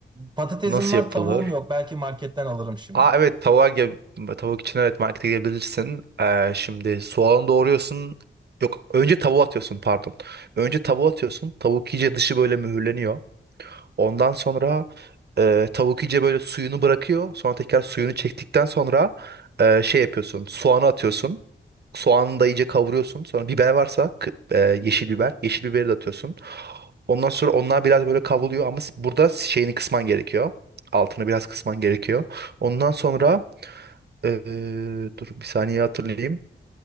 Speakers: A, on the right (about 20°); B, on the right (about 55°).
A: Patatesim
B: nasıl
A: var,
B: yapılır?
A: tavuğum yok. Belki marketten alırım şimdi.
B: Aa evet tavuğa ge- tavuk için evet markete gelebilirsin. Ee, şimdi soğanı doğruyorsun. Yok önce tavuğu atıyorsun pardon. Önce tavuğu atıyorsun. Tavuk iyice dışı böyle mühürleniyor. Ondan sonra e, tavuk iyice böyle suyunu bırakıyor. Sonra tekrar suyunu çektikten sonra e, şey yapıyorsun. Soğanı atıyorsun. Soğanı da iyice kavuruyorsun. Sonra biber varsa kı- e, yeşil biber. Yeşil biberi de atıyorsun. Ondan sonra onlar biraz böyle kavruluyor ama s- burada şeyini kısman gerekiyor. Altını biraz kısman gerekiyor. Ondan sonra e, dur bir saniye hatırlayayım.